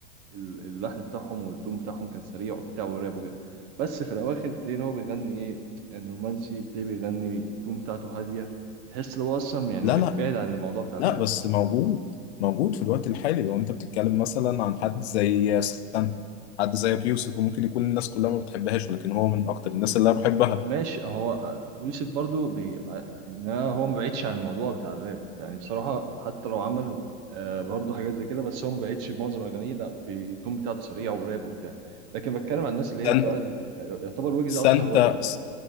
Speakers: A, on the right (about 35°); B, on the left (about 65°).
A: ال- اللحن بتاعهم والتون بتاعهم كان سريع وبتاع والراب وكده بس في الاواخر تلاقي ان هو بيغني ايه يعني رومانسي تلاقيه بيغني التون بتاعته هاديه تحس ان هو اصلا يعني
B: لا
A: بع-
B: لا
A: بعيد عن الموضوع بتاع الراب
B: لا بس موجود موجود في الوقت الحالي لو انت بتتكلم مثلا عن حد زي سانتا حد زي ابي يوسف وممكن يكون الناس كلها ما بتحبهاش ولكن هو من اكتر الناس اللي انا بحبها
A: ماشي هو يوسف برضو بي... يعني هو ما بعيدش عن الموضوع بتاع الراب يعني بصراحه حتى لو عمل آه، برضه حاجات زي كده بس هو ما بعيدش معظم اغانيه لا التون بتاعته سريع وراب وبتاع لكن بتكلم عن الناس اللي هي
B: سانتا
A: بقى ال- يعتبر ويجز
B: سانتا
A: اشهر واحد